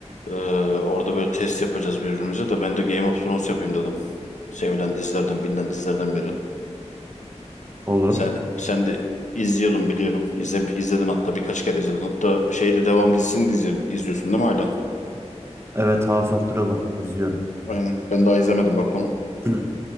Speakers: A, on the left (about 80°); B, on the right (about 20°).
A: Ee, orada böyle test yapacağız birbirimize de ben de Game of Thrones yapayım dedim. Sevilen dizilerden, bilinen dizilerden biri.
B: Olur.
A: Sen, sen de izliyordun biliyorum. İzle, izledin hatta birkaç kere izledin. Hatta şeyde devam dizisini de izledin, izliyorsun değil mi hala?
B: Evet House of Dragon izliyorum.
A: Aynen. Ben daha izlemedim bak onu.
B: <clears throat>